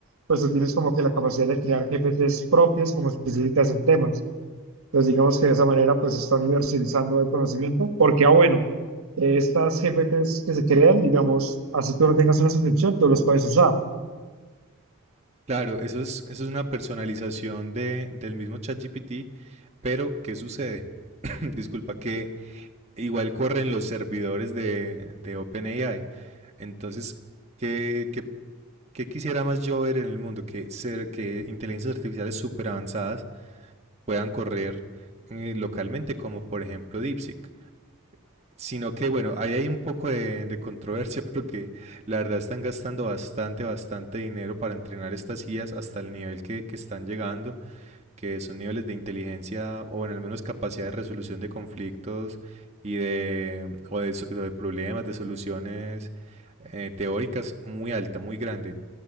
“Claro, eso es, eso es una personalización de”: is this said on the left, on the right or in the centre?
Right